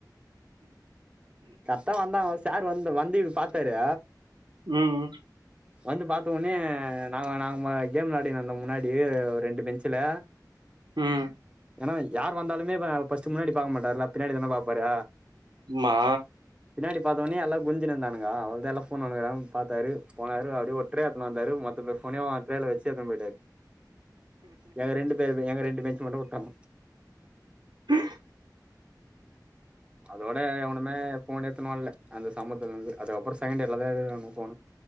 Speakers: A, on the right (about 15°); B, on the right (about 80°).
A: கரெட்டா வந்தாங்க சாரு வந்து வந்து இப்படி பாத்தாரு
B: ம்
A: வந்து பாத்த ஒன்னே நாங்க நாங்க ம கேம் விளாடினு இந்தோ முன்னாடி ரெண்டு பெஞ்சில
B: ம்
A: ஏன்னா யார் வந்தாலுமே ப ஃபஸ்ட்டு முன்னாடி பாக்க மாட்டாரு இல்ல பின்னாடி தான பாப்பாரு
B: மா
A: பின்னாடி பார்த்த வந்தவுனேயோ எல்லா குஞ்சினுந்தானங்கா அவளதான் எல்லா போன்னையு பாத்தாரு போனரு அப்படியே ஒத்ரே எத்துனு வந்தாரு மோத்த பேரோட போன்னனயும் வச்சு ஏத்து போயிட்டாரு எங்க ரெண்டு பேறுமே எங்க ரெண்டு என்ன ஏஞ்சி மட்டும் உட்டாங்க
B: ஆஹ
A: அதோட எவனுமே போன் எத்துனுவர்ல அந்த சம்மத்துல இருந்து அதுக்கப்புற செகண்ட் இயர்லதான் எடுக்குறாங்க போணு